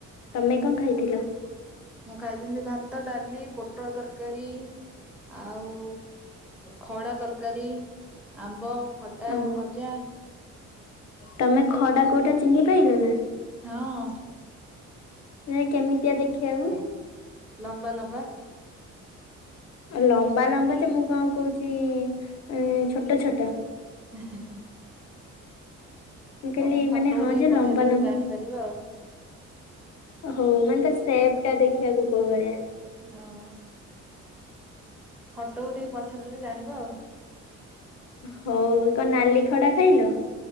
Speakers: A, on the left; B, in the centre.
A: ତମେ କଅଁ ଖାଇଥିଲ?
B: ମୁଁ ଖାଇଥିଲି ଭାତ ଡାଲି ପୋଟଳ ତରକାରୀ। ଆଉ ଖଡ଼ା ତରକାରୀ ଆମ୍ବ ଖଟା
A: ଆଉ
B: ଭଜା
A: ତମେ ଖଡା କୋଉଟା ଚିହ୍ନି ପାଇଲ ନା।
B: ହଁ।
A: ସେ କେମିତିଆ ଦେଖିବାକୁ?
B: ଲମ୍ବା ଲମ୍ବା।
A: ଲମ୍ବା ଲମ୍ବାଯେ ମୁଁ କଣ କହୁଚି ଉଁ ଛୋଟ ଛୋଟ।
B: <inaudible>
A: ମୁଁ
B: ତମକୁ
A: ଖାଲି
B: ଫଟୋ
A: ମାନେ ହଁଯେ
B: ଉଠେଇକି ପଠେଇଦେଲେ
A: ଲମ୍ବା ଲମ୍
B: ଜାଣିପାରିବ ଆଉ
A: ହଉ ମାନେ ତାସେପ୍ ଟା ଦେଖିବାକୁ କୋଉ ଭଳିଆ?
B: ଆଉ? ଫଟୋ ଉଠେଇକି ପଠେଇଦେଲେ ଜାଣିବ ଆଉ।
A: ହଉ କଣ ନାଲି ଖଡ଼ା ଖାଇଲ?